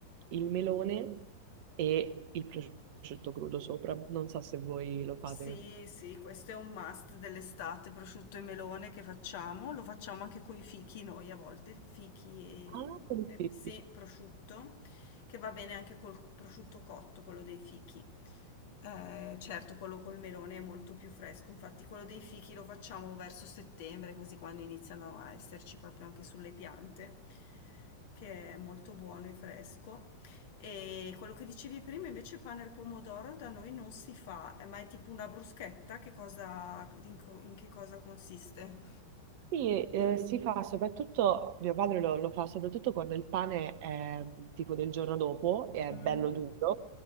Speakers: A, on the right; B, on the left.
A: il melone e il prosciutto crudo sopra. Non so se voi lo fate.
B: Sì, sì, questo è un must dell'estate, prosciutto e melone che facciamo, lo facciamo anche con i fichi noi a volte, fichi e,
A: Ah, sì.
B: e- sì, prosciutto, che va bene anche col prosciutto cotto, quello dei fichi. Eh, certo, quello col melone è molto più fresco, infatti quello dei fichi lo facciamo verso settembre, così quando iniziano a esserci proprio anche sulle piante, che è molto buono e fresco. E quello che dicevi prima invece pane al pomodoro da noi non si fa, eh, ma è tipo una bruschetta, che cosa, in, co- in che cosa consiste?
A: Sì, eh, si fa soprattutto, mio padre lo, lo fa soprattutto quando il pane è tipo del giorno dopo e è
B: Mm.
A: bello duro